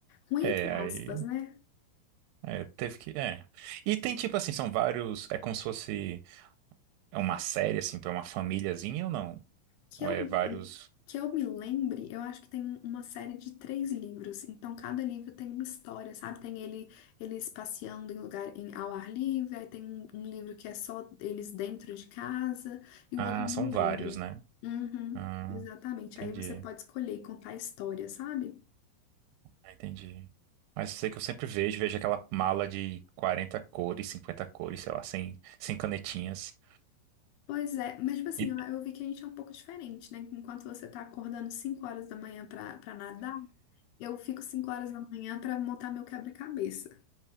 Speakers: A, on the left (about 80°); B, on the right (about 85°).
A: Ruim
B: É,
A: entre
B: aí,
A: aspas, né?
B: é, teve que, é. E tem tipo assim, são vários, é como se fosse é uma série, assim, pra uma famíliazinha ou não?
A: Que
B: Ou
A: eu,
B: é vários,
A: que eu me lembre, eu acho que tem uma série de três livros. Então, cada livro tem uma história, sabe? Tem ele, eles passeando em lugar em, ao ar livre, aí tem um, um livro que é só eles dentro de casa, e o
B: ah,
A: outro eu
B: são
A: não
B: vários,
A: lembro.
B: né?
A: Uhum,
B: Ah,
A: exatamente.
B: entendi.
A: Aí você pode escolher e contar a história, sabe?
B: Ah, Entendi. Mas eu sei que eu sempre vejo, vejo aquela mala de 40 cores, 50 cores, sei lá, 100, 100 canetinhas.
A: Pois é, mas tipo assim,
B: E,
A: eu eu vi que a gente é um pouco diferente, né? Enquanto você tá acordando 5 horas da manhã pra, pra nadar, eu fico 5 horas da manhã pra montar meu quebra-cabeça.